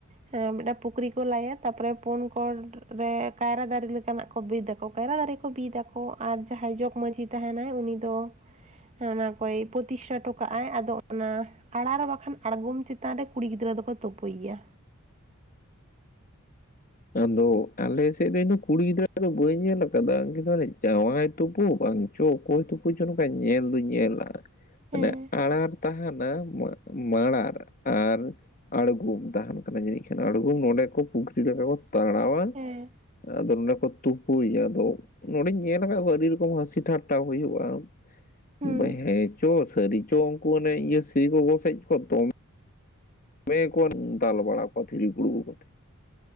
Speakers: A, on the right (about 30°); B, on the left (about 40°).
A: ᱦᱮᱸ ᱢᱮᱜᱴᱟᱜ ᱯᱩᱠᱷᱨᱤ ᱠᱚ ᱞᱟᱭᱟ ᱛᱟᱯᱚᱨᱮ ᱯᱳᱱ ᱠᱚᱲ ᱨᱮ ᱠᱟᱭᱨᱟ ᱫᱟᱨᱤ ᱞᱮᱠᱟᱱᱟᱜ ᱠᱚ ᱵᱤᱫᱟᱠᱚ ᱠᱟᱭᱨᱟ ᱫᱟᱨᱮ ᱠᱚ ᱵᱤᱫᱟᱠᱚ ᱟᱨ ᱡᱟᱦᱟᱸᱭ ᱡᱚᱜᱽ ᱢᱟᱺᱡᱷᱤ ᱛᱟᱦᱮᱱᱟᱭ ᱩᱱᱤ ᱫᱚ ᱦᱮᱸ ᱚᱱᱟ ᱠᱚᱭ ᱯᱚᱛᱤᱥᱴᱷᱟ ᱴᱚ ᱠᱟᱜ ᱟᱭ ᱟᱫᱚ ᱚᱱᱟ ᱟᱲᱟᱨ ᱵᱟᱠᱷᱟᱱ ᱟᱲᱜᱚᱢ ᱪᱮᱛᱟᱱ ᱨᱮ ᱠᱩᱲᱤ ᱜᱤᱫᱽᱨᱟᱹ ᱫᱚᱠᱚ ᱛᱳᱯᱳᱭ ᱭᱟ᱾
B: ᱟᱫᱚ ᱟᱞᱮ ᱥᱮᱜ ᱨᱮᱱ ᱦᱚᱸ ᱠᱩᱲᱤ ᱜᱤᱫᱽᱨᱟᱹ ᱫᱚ ᱵᱟᱹᱧ ᱧᱮᱞ ᱠᱟᱫᱟ ᱠᱤᱱᱛᱩ ᱚᱱᱮ ᱡᱟᱶᱟᱭ ᱛᱩᱯᱩ ᱵᱟᱝ ᱪᱚ ᱚᱠᱚᱭ ᱛᱩᱯᱩ ᱪᱚ ᱱᱚᱝᱠᱟᱧ ᱧᱮᱞ ᱫᱩᱧ ᱧᱮᱞᱜ-ᱟ
A: ᱦᱮᱸ
B: ᱢᱟᱱᱮ ᱟᱸᱲᱟᱨ ᱛᱟᱦᱮᱱᱟ ᱢᱟ ᱢᱟᱸᱲᱟᱨ ᱟᱨ ᱟᱲᱜᱳᱢ ᱛᱟᱦᱮᱱ ᱠᱟᱱᱟ ᱡᱟᱹᱱᱤᱡ ᱠᱷᱟᱱ ᱟᱲᱜᱳᱢ ᱱᱚᱸᱰᱮ ᱠᱚ ᱯᱩᱠᱷᱨᱤ ᱞᱮᱠᱟ ᱠᱚ ᱛᱟᱲᱟᱣ-ᱟ
A: ᱦᱮᱸ
B: ᱟᱫᱚ ᱱᱚᱸᱰᱮ ᱠᱚ ᱛᱩᱯᱩᱭᱟᱫᱚ ᱱᱚᱰᱮᱧ ᱧᱮᱞ ᱟᱠᱟᱜ ᱠᱚᱣᱟ ᱟᱹᱰᱤ ᱨᱚᱠᱚᱢ ᱦᱟᱹᱥᱤ ᱴᱷᱟᱴᱴᱟ ᱦᱩᱭᱩᱜ-ᱟ,
A: ᱦᱩᱸ
B: ᱵᱟᱹᱧ ᱦᱮᱸ ᱪᱚ ᱥᱟᱹᱨᱤ ᱪᱚ ᱩᱝᱠᱩ ᱚᱱᱮ ᱤᱭᱟᱹ ᱥᱤ ᱠᱚ ᱜᱚᱥᱮᱪ ᱠᱚᱣᱟ ᱛᱚ ᱢᱮ ᱠᱚ ᱫᱟᱞ ᱵᱟᱲᱟ ᱠᱚᱣᱟ ᱫᱷᱤᱨᱤ ᱜᱩᱲᱜᱩ ᱠᱚᱛᱮ